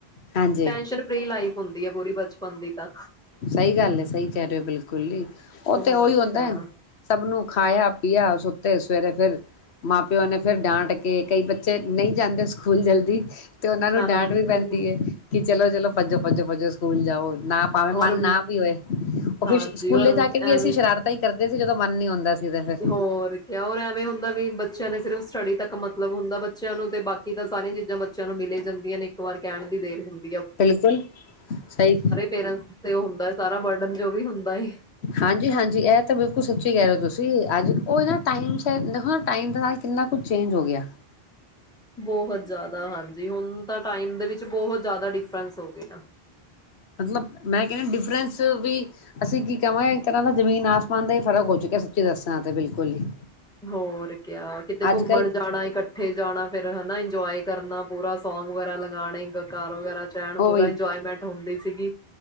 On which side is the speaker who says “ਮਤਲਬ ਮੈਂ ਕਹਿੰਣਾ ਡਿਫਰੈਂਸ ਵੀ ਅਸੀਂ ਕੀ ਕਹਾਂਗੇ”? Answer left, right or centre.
Left